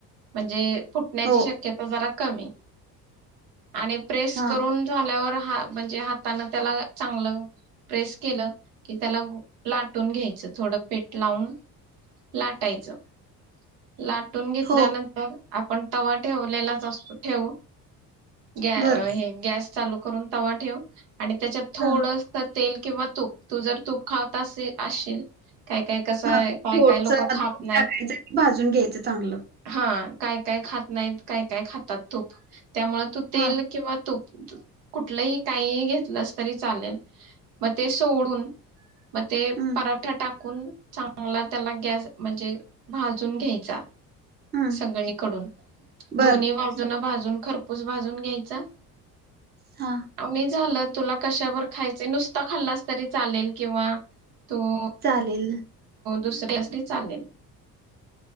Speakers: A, on the right; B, on the right.
A: म्हणजे फुटण्याची
B: हो
A: शक्यता जरा कमी आणि प्रेस
B: हा
A: करून झाल्यावर हा म्हणजे हातानं त्याला चांगलं प्रेस केलं कि त्याला लाटून घ्यायचं थोडं पीठ लावून लाटायचं लाटून घेतल्यानंतर
B: हो
A: आपण तवा ठेवलेलाच असतो ठेवू गॅ
B: बर
A: ह हे गॅस चालू करून तवा ठेव आणि त्याच्यात थोडंस
B: हा
A: तर तेल किंवा तूप तू जर तूप खात असे असशील काय काय कसं
B: हा
A: आहे काय
B: थोडस
A: काय लोक
B: तूप
A: खात नाहीत
B: टाकायचं आणि भाजून घ्यायचं चांगलं
A: हा काय काय खात नाहीत काय काय खातात तूप त्यामुळे तू तेल
B: हा
A: किंवा तूप कुठलंही काही घेतलंस तरी चालेल मग ते सोडून म ते
B: हम्म
A: पराठा टाक टाकून चांगला त्याला गॅस म्हणजे भाज भाजून घ्यायचा
B: हम्म
A: सगळीकडून
B: बर
A: दोन्ही बाजुन भाजून खरपूस भाजून घ्यायचा
B: हा
A: आणि झालं तुला कशावर खायच नुसता खाल्लास तरी चालेल किंवा तो
B: चालेल
A: दुसरी असली चालेल